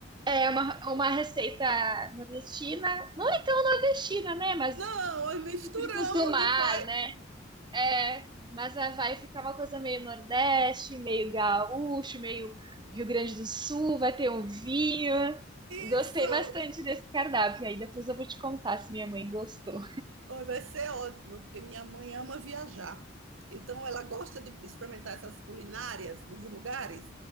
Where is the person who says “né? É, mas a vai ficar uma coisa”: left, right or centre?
Right